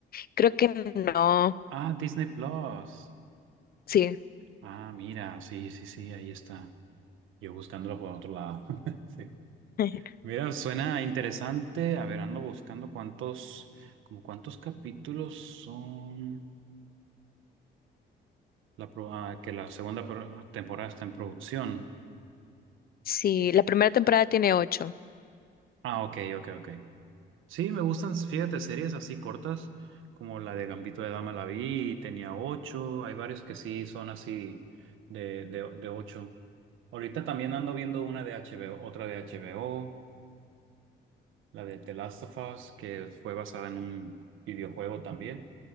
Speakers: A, on the left; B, on the right.
A: Creo que no,
B: Ah, Disney Plus.
A: sí,
B: Ah, mira, sí, sí, sí, ahí está. Yo buscándolo por otro lado. <laughs> Sí.
A: <laughs>
B: Mira, suena interesante. A ver, ando buscando cuántos, como cuántos capítulos son la pro- ah, que la segunda pro- temporada está en producción.
A: sí, la primera temporada tiene ocho.
B: Ah, ok, ok, ok. Sí, me gustan, fíjate, series así cortas, como la de Gambito de Dama la vi y tenía ocho. Hay varios que sí son así de, de, de ocho. Ahorita también ando viendo una de HBO, otra de HBO, la de The Last of Us, que fue basada en un videojuego también,